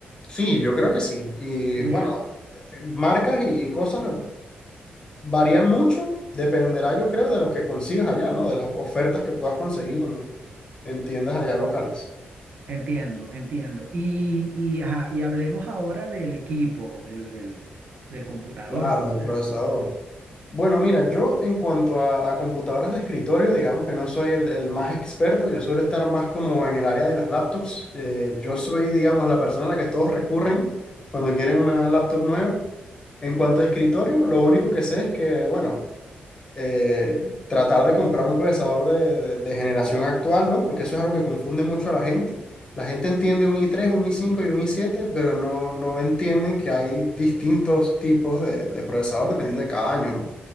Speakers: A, on the left; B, on the right.
A: Sí, yo creo que sí. Y
B: Mira.
A: bueno, este, marcas y cosas varían mucho, dependerá yo creo de lo que consigas allá, ¿no? De las ofertas que puedas conseguir en, en tiendas allá locales.
B: Entiendo, entiendo. Y, y, ajá, y hablemos ahora del equipo, del, del, del computador
A: Claro,
B: como
A: del
B: tal.
A: procesador. Bueno, mira, yo en cuanto a, a computadoras de escritorio, digamos que no soy el, el más experto, yo suelo estar más como en el área de las laptops. Eh, yo
B: O-
A: soy, digamos, la persona a la que todos recurren cuando quieren una laptop nueva. En cuanto a escritorio, lo único que sé es que, bueno, eh, tratar de comprar un procesador de, de- de generación actual, ¿no? Porque eso es algo que confunde mucho a la gente. La gente entiende un i3, un i5 y un i7, pero no, no entienden que hay distintos tipos de, de procesador dependiendo de cada año, ¿no?